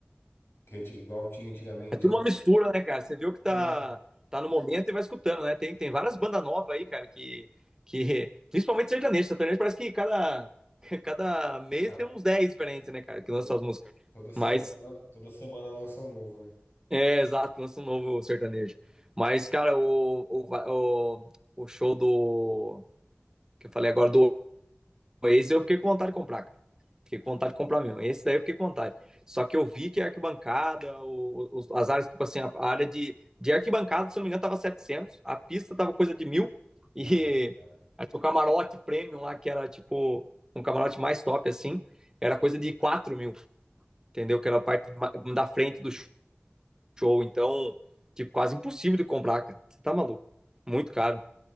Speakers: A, on the left; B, on the right.
A: que anti- igual tinha antigamente,
B: É tudo
A: né?
B: uma mistura, né, cara? Você viu que tá,
A: É,
B: tá no momento e vai escutando, né? Tem, tem várias bandas novas aí, cara, que. que principalmente sertanejo. Sertanejo parece que cada, <laughs> cada mês
A: ah,
B: tem uns 10 diferentes, né, cara, que lançam
A: toda,
B: as músicas.
A: toda semana,
B: Mas
A: toda semana lança um novo, né?
B: É, exato, lança um novo sertanejo. Mas, cara, o, o, va- o, o show do. Que eu falei agora do Oasis, eu fiquei com vontade de comprar, cara. Fiquei com vontade de comprar mesmo. Esse daí eu fiquei com vontade. Só que eu vi que a arquibancada, o, os, as áreas, tipo assim, a área de, de arquibancada, se eu não me engano, tava 700, a pista tava coisa de mil, <laughs> e
A: Ah, muito cara.
B: acho que o camarote premium lá, que era tipo um camarote mais top, assim, era coisa de quatro mil, entendeu? Que era a parte ma- da frente do show. Então, tipo, quase impossível de comprar, cara. Você tá maluco. Muito caro.